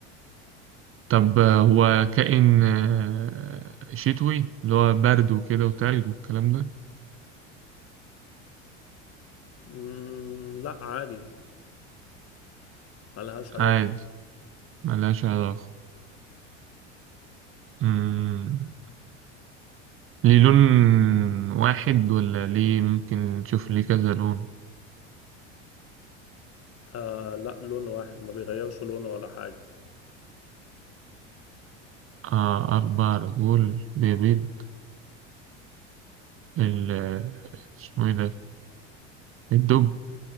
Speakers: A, on the right; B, on the left.
A: طب آه، هو كائن آه، شتوي اللي هو برد وكده وتلج والكلام ده
B: مم... لا عادي ملهاش علاقة
A: عادي ملهاش علاقة أمم، ليه لون واحد ولا ليه ممكن نشوف ليه كذا لون
B: آه لا لون واحد ما بيغيروش لونه ولا حاجة
A: آه أربع رجول بيبيض ال- اسمه إيه ده الدب